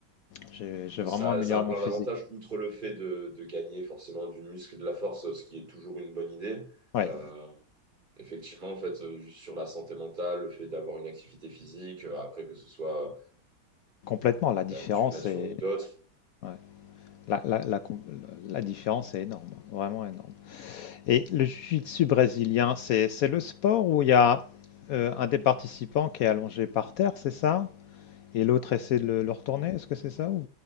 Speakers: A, on the left (about 85°); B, on the right (about 25°).
A: J'ai j'ai vraiment
B: Ça,
A: amélioré
B: ça a
A: mon
B: plein
A: physique.
B: d'avantages, outre le fait de, de gagner forcément du muscle et de la force, ce qui est toujours une bonne idée.
A: Ouais,
B: Euh, effectivement, en fait, euh, juste sur la santé mentale, le fait d'avoir une activité physique, euh, après que ce soit
A: complètement. La différence
B: la musculation
A: est,
B: ou d'autres,
A: ouais, la, la- la com- la différence est énorme, vraiment énorme. Et le jiu-jitsu brésilien, c'est, c'est le sport où il y a euh, un des participants qui est allongé par terre, c'est ça? Et l'autre essaie de le, le retourner, est-ce que c'est ça ou,